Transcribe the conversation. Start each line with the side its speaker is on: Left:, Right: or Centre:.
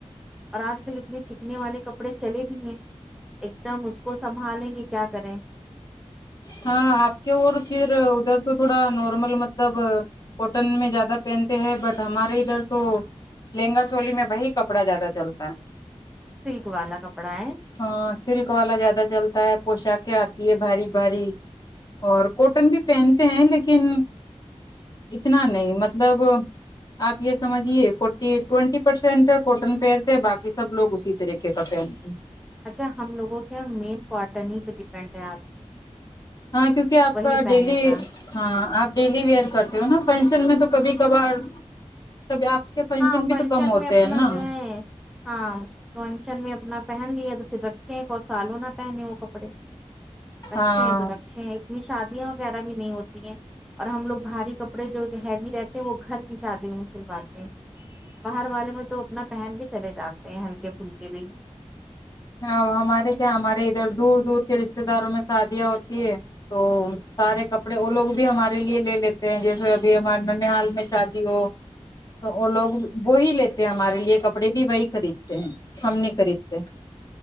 Centre: اور آج کل اتنے چکنے والے کپڑے چلے بھی ہیں ایک دم اس کو سنبھالیں کی کیا کریں
Left: ہاں آپ کے اور پھر ادھر تو تھوڑا نارمل مطلب کوٹن میں زیادہ پہنتے ہیں بٹ ہمارے ادھر تو لہنگا چولی میں وہی کپڑا جیادہ چلتا ہے
Centre: سلک والا کپڑا ہے
Left: ہاں سلک والا زیادہ چلتا ہے پوشاکیں آتی ہے بھاری بھاری اور کوٹن بھی پہنتے ہیں لیکن اتنا نہیں مطلب آپ یہ سمجھیے فورٹی ٹوینٹی پرسینٹٹن کوٹن پھر تھے باقی سب لوگ اسی طریقے کپھن
Centre: اچھا ہم لوگوں کے یہ مین کوٹرنی پہ ڈیپینڈ ہے آپ
Left: ہاں کیونکہ آپ
Centre: وہی
Left: کا
Centre: پہنے
Left: ڈیلی
Centre: کا
Left: ہاں آپ ڈیلی ویئر کرتے ہو نا فنشن میں تو کبھی کبھار کبھی آپ کے پینشن
Centre: ہاں
Left: بھی
Centre: فنکشن
Left: تو کم ہوتے
Centre: میں اپنا
Left: ہیں نا
Centre: جو ہے ہاں تو انچل میں اپنا پہن لیا تو پھر رکھے کو سالوں نہ پہن وہ کپڑے رکھے
Left: ہاں
Centre: ہیں تو رکھے ہیں اتنی شادیاں وغیرہ بھی نہیں ہوتی ہیں اور ہم لوگ بھاری کپڑے جو ہیوی رہتے ہیں وہ گھر کی شادی میں سلواتے ہیں باہر والے میں تو اپنا پہن کے چلے جاتے ہیں ہلکے پھلکے بھی
Left: ہاں ہمارے کیا ہمارے ادھر دور دور کے رشتے داروں مے سادیا ہوتی ہے تو سارے کپڑے وہ لوگ بھی ہمارے لیے لے لیتے ہیں جیسے ابھی ہمار نن حال میں شادی ہو تو وہ
Centre: ہوں
Left: لوگ وہی لیتے ہیں ہمارے لیے کپڑے بھی وہی خریدتے ہیں ہم نہیں خریدتے ہیں